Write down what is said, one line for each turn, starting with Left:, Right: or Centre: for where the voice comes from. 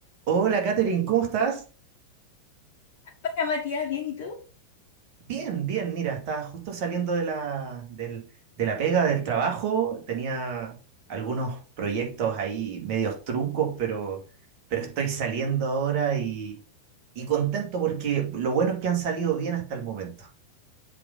Right: Hola, Katherine, ¿cómo estás?
Left: Hola Matías, ¿bien y tú?
Right: Bien, bien, mira, estaba justo saliendo de la, del- de la pega, del trabajo, tenía algunos proyectos ahí medios truncos, pero, pero estoy saliendo ahora y, y contento porque lo bueno es que han salido bien hasta el momento.